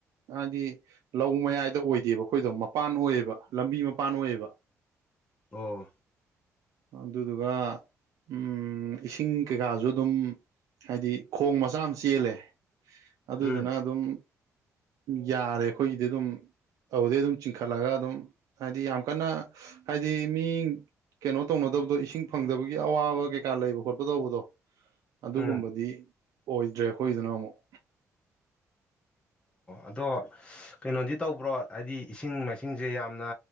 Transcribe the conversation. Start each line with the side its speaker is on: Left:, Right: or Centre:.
Right: ꯍꯥꯏꯗꯤ ꯂꯧ ꯃꯌꯥꯏꯗ ꯑꯣꯏꯗꯦꯕ ꯑꯩꯈꯣꯏꯗꯣ ꯃꯄꯥꯟ ꯑꯣꯏꯌꯦꯕ ꯂꯝꯕꯤ ꯃꯄꯥꯟ ꯑꯣꯏꯌꯦꯕ
Left: ꯑꯣꯥ
Right: ꯑꯗꯨꯗꯨꯒ ꯎꯝ ꯏꯁꯤꯡ ꯀꯩꯀꯥꯁꯨ ꯑꯗꯨꯝ ꯍꯥꯏꯗꯤ ꯈꯣꯡ ꯃꯆꯥ ꯑꯃ ꯆꯦꯜꯂꯦ ꯑꯗꯨꯗꯨꯅ
Left: ꯎꯝ
Right: ꯑꯗꯨꯝ ꯌꯥꯔꯦ ꯑꯩꯈꯣꯏꯒꯤꯗꯤ ꯑꯗꯨꯝ ꯑꯗꯨꯗꯩ ꯑꯗꯨꯝ ꯆꯤꯡꯈꯠꯂꯒ ꯑꯗꯨꯝ ꯍꯥꯏꯗꯤ ꯌꯥꯝ ꯀꯟꯅ ꯍꯥꯏꯗꯤ ꯃꯤ ꯀꯩꯅꯣ ꯇꯧꯅꯗꯕꯗꯣ ꯏꯁꯤꯡ ꯐꯪꯗꯕꯒꯤ ꯑꯋꯥꯕ ꯀꯩꯀꯥ ꯂꯩꯕ ꯈꯣꯠꯄ ꯇꯧꯕꯗꯣ ꯑꯗꯨꯒꯨꯝꯕꯗꯤ
Left: ꯎꯝ
Right: ꯑꯣꯏꯗ꯭ꯔꯦ ꯑꯩꯈꯣꯏꯗꯨꯅ ꯑꯃꯨꯛ
Left: ꯑꯗꯣ ꯀꯩꯅꯣꯗꯤ ꯇꯧꯕ꯭ꯔꯣ ꯍꯥꯏꯗꯤ ꯏꯁꯤꯡ ꯃꯥꯏꯁꯤꯡꯁꯦ ꯌꯥꯝꯅ